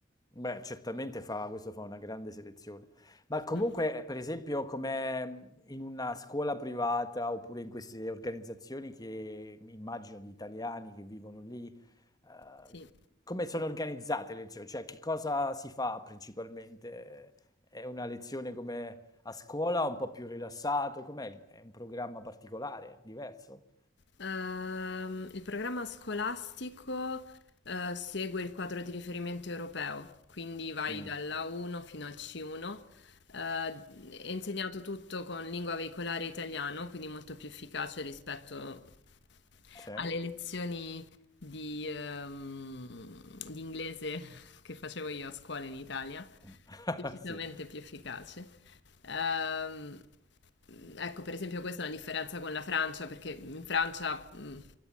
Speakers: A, on the left; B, on the left.
A: Beh, certamente fa, questo fa una grande selezione. Ma comunque,
B: Mm,
A: per esempio, come in una scuola privata oppure in queste organizzazioni che immagino di italiani che vivono lì, eh,
B: Sì.
A: come sono organizzate le lezioni? Cioè, che cosa si fa principalmente? È una lezione come a scuola, un po' più rilassato? Com'è? È un programma particolare, diverso?
B: Ehm, il programma scolastico eh, segue il quadro di riferimento europeo, quindi vai
A: Mm.
B: dall'A1 fino al C1. Eh, è insegnato tutto con lingua veicolare italiano, quindi molto più efficace rispetto
A: Sì?
B: alle lezioni di, ehm, di inglese <laughs> che facevo io a scuola in Italia,
A: Mm.
B: decisamente
A: <laughs> Sì.
B: più efficace. Ehm, ecco, per esempio, questa è una differenza con la Francia, perché in Francia, mh,